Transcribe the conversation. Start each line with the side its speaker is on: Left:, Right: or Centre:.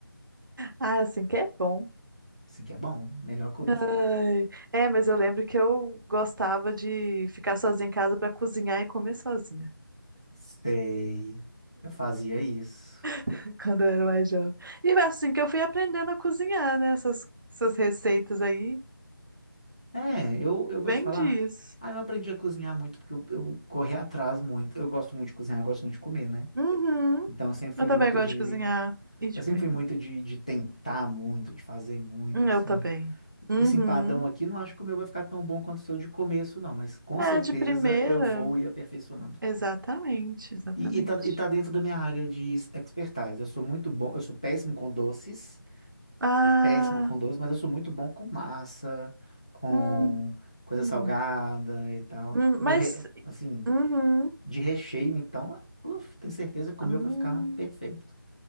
Right: Ah, assim que é bom.
Left: assim que é bom, melhor coisa.
Right: Ai. É, mas eu lembro que eu gostava de ficar sozinha em casa pra cozinhar e comer sozinha,
Left: Sei, eu fazia isso.
Right: <laughs> quando eu era mais jovem. E é assim que eu fui aprendendo a cozinhar, né? Essas, essas receitas aí,
Left: É, eu, eu
Right: vem
Left: vou te falar,
Right: disso.
Left: ah, eu aprendi a cozinhar muito, porque eu, eu corri atrás muito, eu gosto muito de cozinhar, gosto muito de comer, né?
Right: Uhum.
Left: Então eu sempre fui
Right: Eu também
Left: muito
Right: gosto
Left: de,
Right: de cozinhar e de
Left: eu sempre
Right: comer.
Left: fui muito de, de tentar muito, de fazer muito,
Right: Hum,
Left: assim,
Right: Eu também. Uhum.
Left: Esse empadão aqui, não acho que o meu vai ficar tão bom quanto o seu de começo, não, mas com
Right: É,
Left: certeza
Right: de primeira.
Left: eu vou ir aperfeiçoando.
Right: Exatamente, exatamente.
Left: E, e, tá, e tá dentro da minha área de expertise. Eu sou muito bom, eu sou péssimo com doces,
Right: Ah,
Left: sou péssimo com doces, mas eu sou muito bom com massa, com
Right: hum,
Left: coisa
Right: hum.
Left: salgada e tal.
Right: Hum,
Left: Meu,
Right: Mas
Left: re- assim,
Right: Uhum.
Left: de recheio, então, ah, uf, tenho certeza que
Right: Hum,
Left: o meu vai ficar perfeito.